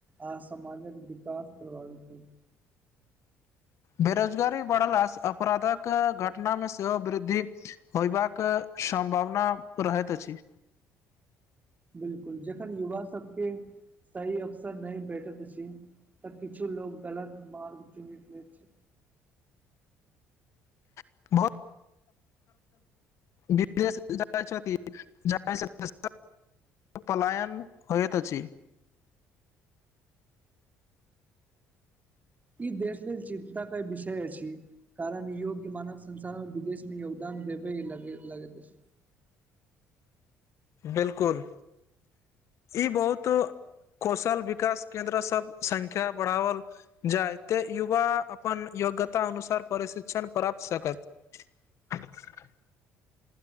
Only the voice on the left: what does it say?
बेरोजगारी बढ़ला अपराधक घटना मे सेहो वृद्धि होयबाक सम्भावना रहैत अछि
<inaudible> विदेश जा छथि <unintelligible> पलायन होइत अछि
बिलकुल ई बहुत कौशल विकास केंन्द्र सब संख्या बढ़ाबल जाय ते युवा अपन योग्यता अनुसार प्रशिक्षण प्राप्त सकत <inaudible>